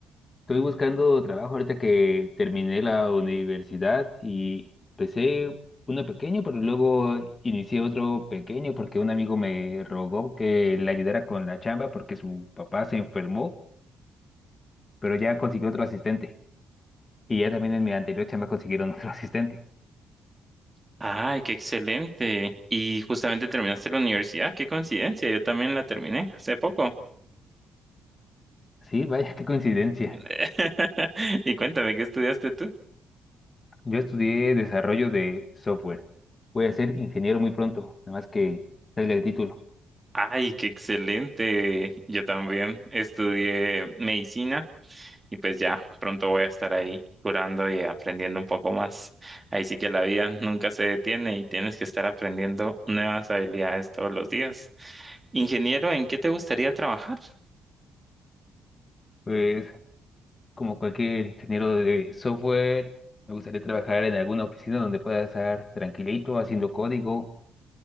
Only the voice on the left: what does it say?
Estoy buscando trabajo ahorita que terminé la universidad y empecé uno pequeño, pero luego inicié otro pequeño porque un amigo me rogó que le ayudara con la chamba porque su papá se enfermó, pero ya consiguió otro asistente. Y ya también en mi anterior chamba consiguieron otro <laughs> asistente.
Sí, vaya, qué coincidencia.
Yo estudié desarrollo de software. Voy a ser ingeniero muy pronto, nada más que salga el título.
Pues, como cualquier ingeniero de software, me gustaría trabajar en alguna oficina donde pueda estar tranquilito, haciendo código,